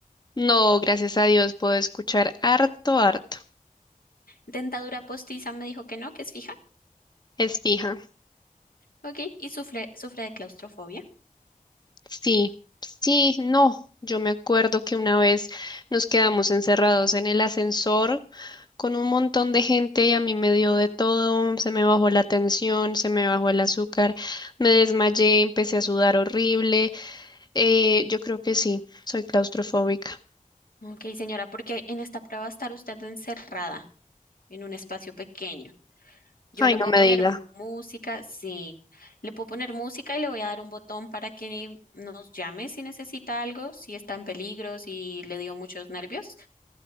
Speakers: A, on the left; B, on the left.
A: No, gracias a Dios puedo escuchar harto, harto.
B: Dentadura postiza me dijo que no, que es fija.
A: Es fija.
B: Ok, y sufre, sufre de claustrofobia.
A: Sí, sí, no. Yo me acuerdo que una vez nos quedamos encerrados en el ascensor con un montón de gente y a mí me dio de todo, se me bajó la tensión, se me bajó el azúcar, me desmayé, empecé a sudar horrible. Eh, yo creo que sí, soy claustrofóbica.
B: Ok, señora, porque en esta prueba va a estar usted encerrada en un espacio pequeño. Yo
A: Ay,
B: le
A: no
B: puedo
A: me
B: poner
A: diga.
B: mu- música, sí. Le puedo poner música y le voy a dar un botón para que nos llame si necesita algo, si está en peligro, si le dio muchos nervios.